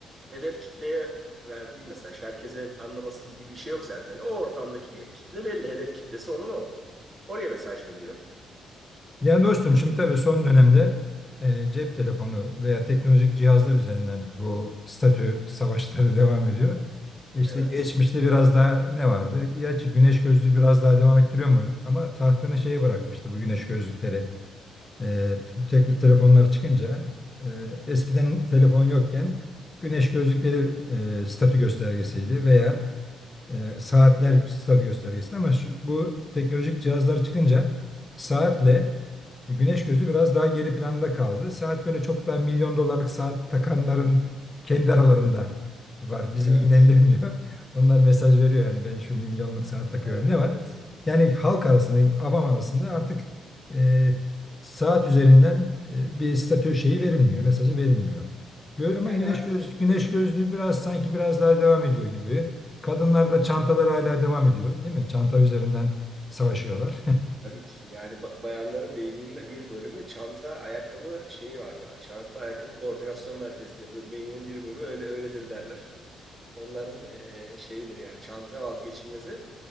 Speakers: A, on the right; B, on the left.
A: hedef kitleye verdiği mesaj. Herkesin anlaması gibi bir şey yok zaten. O ortamdaki kitle belli. Hedef kitlesi onun o. Oraya mesaj veriyor.
B: Yani dostum şimdi tabii son dönemde e, cep telefonu veya teknolojik cihazlar üzerinden bu statü savaşları <laughs> devam ediyor. İşte
A: Evet.
B: geçmişte biraz daha ne vardı? Gerçi güneş gözlüğü biraz daha devam ettiriyor mu? Ama tahtını şeye bırakmıştı bu güneş gözlükleri. E, tip- tekli telefonlar çıkınca e, eskiden telefon yokken güneş gözlükleri e, statü göstergesiydi veya e, saatler
A: Evet.
B: statü göstergesiydi ama şu, bu teknolojik cihazlar çıkınca saatle e, Güneş gözü biraz daha geri planda kaldı. Saat böyle çok daha milyon dolarlık saat takanların kendi aralarında var. Bizi
A: Evet.
B: ilgilendirmiyor. <laughs> Onlar mesaj veriyor yani ben şu milyonluk saat takıyorum
A: Evet.
B: diye ama
A: Evet.
B: yani halk arasında, avam arasında artık e, saat üzerinden e, bir statü şeyi verilmiyor, mesajı verilmiyor. Gö- ama
A: Yani
B: güneş
A: artık
B: göz güneş
A: evet.
B: gözlüğü biraz sanki biraz daha devam ediyor gibi. Kadınlar da çantaları hala devam ediyor, değil mi? Çanta üzerinden savaşıyorlar.
A: Abi Tabii ki yani ba- bayanların beyninin bir bölümü çanta ayakkabı şeyi vardır. Çanta ayakkabı koordinasyon merkezi diye Be- beyninin bir bölümü öyle öyledir derler. Onların eee, şeyidir yani çanta vazgeçilmezi